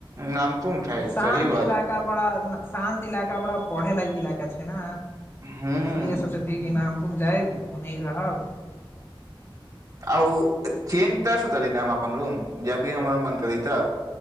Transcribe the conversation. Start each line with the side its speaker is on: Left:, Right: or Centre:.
Right: नाम तू ने खाय
Left: शान्त
Right: सही बात
Left: इलाका बड़ा शान्त इलाका कपड़ा पढ़े लागक इलाका छै ने
Right: हूँ
Left: इसलिए सोचैत ती कि नाम जाएब ओने रहब
Right: आ ओ चेज त चली ने हम अपन रूम जब भी हमर मन ती तऽ